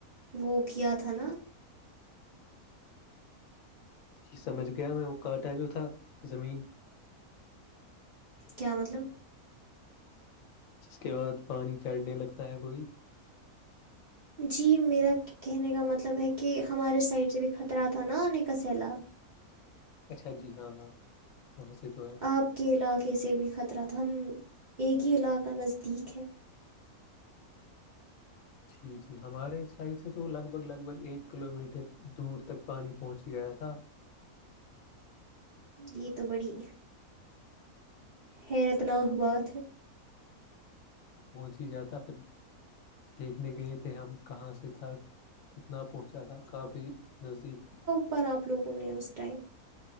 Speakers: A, on the right (about 65°); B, on the left (about 70°).
A: وہ کیا تھا نا
B: جی سمجھ گیا میں وہ کانٹا جو تھا زمین
A: کیا مطلب
B: جس کے بعد پانی چڑھنے لگتا ہے وہی
A: جی میرا کہنے کا مطلب ہے کہ ہمارے سائڈ سے بھی خطرہ تھا نا آنے کا سیلاب
B: اچھا جی ہاں ہاں وہاں سے تو ہے
A: آپ کے علاقے سے بھی خطرہ تھا ہم ایک ہی علاقہ نزدیک ہے
B: جی جی ہمارے سائڈ سے تو لگ بھگ لگ بھگ ایک کلو میٹر دور تک پانی پہنچ ہی گیا تھا
A: یہ تو بڑی حیرتناک بات ہے
B: پہنچ ہی جاتا پھر دیکھنے گئے تھے ہم کہاں سے تھا کتنا پہنچا تھا کافی نزدیک تھا
A: پر آپ لوگوں نے اس ٹائم